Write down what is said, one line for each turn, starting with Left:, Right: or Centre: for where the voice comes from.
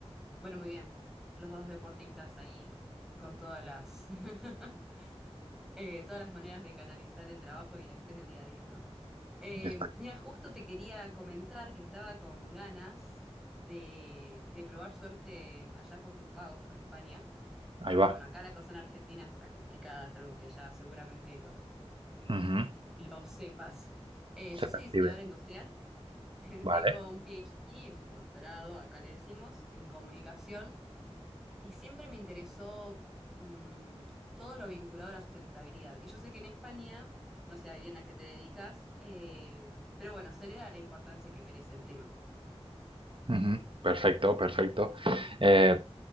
Centre: Bueno, muy bien. Los dos deportistas ahí con todas las <laughs> Eh, todas las maneras de canalizar el trabajo y el estrés del día a día, ¿no? Eh,
Right: Exacto.
Centre: mira, justo te quería comentar que estaba con ganas de, de probar suerte allá por tus pagos por España, porque
Right: Ahí va.
Centre: bueno, acá la cosa en Argentina está complicada, es algo que ya seguramente lo,
Right: Ujú,
Centre: lo sepas. Eh, yo
Right: Se
Centre: soy
Right: percibe.
Centre: diseñadora industrial, <laughs>
Right: Vale.
Centre: tengo un PhD, es un doctorado, acá le decimos, en comunicación. Y siempre me interesó mm, todo lo vinculado a la sustentabilidad. Y yo sé que en España, no sé bien a qué te dedicas, eh, pero bueno, se le da la importancia que merece el tema.
Right: Ujú, Perfecto, perfecto. Eh,